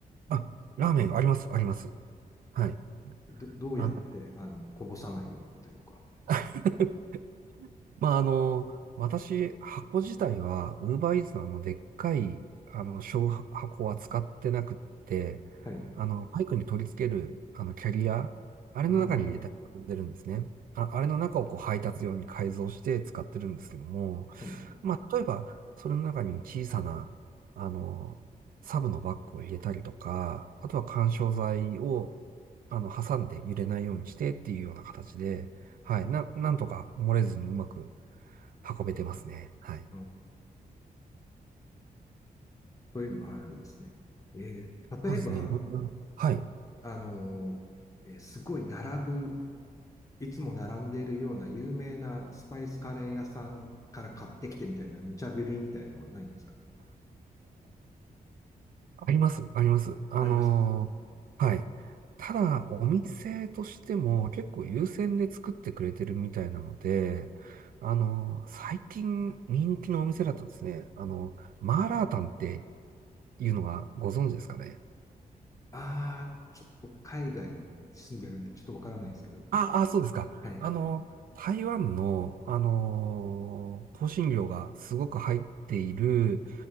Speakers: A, on the right; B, on the left.
A: あ、ラーメンあります、あります。はい。
B: ど、どうやってあのこぼさないようにというか、
A: あの <laughs> まあ、あの、私、箱自体は、ウーバーイーツのあの、でっかい、あの、小箱は使ってなくって、
B: はい、
A: あの、バイクに取り付ける、あの、キャリア、あれの中に入れて運んでるんですね。
B: あ
A: あ、あれの中をこう配達用に改造して使ってるんですけども、
B: あ、はい、
A: まあ、例えば、それの中に小さな、あの、サブのバッグを入れたりとか、あとは緩衝材を、あの、挟んで揺れないようにしてっていうような形で、はい。な、なんとか漏れずにうまく運べてますね。はい。
B: うん、そういうのがあるんですね。えー例えば、
A: そうですね。いろんな、はい。
B: あのーえーすごい並ぶ、いつも並んでいるような有名なスパイスカレー屋さんから買ってきてみたいな無茶ぶりみたいのはないんですか
A: あります。あります。あの
B: ありますか
A: ーはい。ただ、お店としても結構優先で作ってくれてるみたいなので、あのー最近人気のお店だとですね、あの、マーラータンっていうのはご存知ですかね。
B: ああー、ちょっと海外に住んでるんでちょっとわからないんですけど。
A: ああ、そうですか。
B: はい、
A: あの、台湾の、あのー香辛料がすごく入っている、